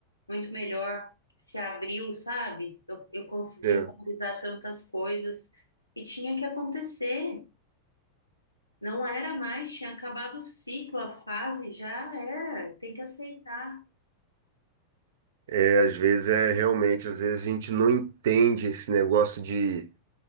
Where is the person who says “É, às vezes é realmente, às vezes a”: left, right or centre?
Right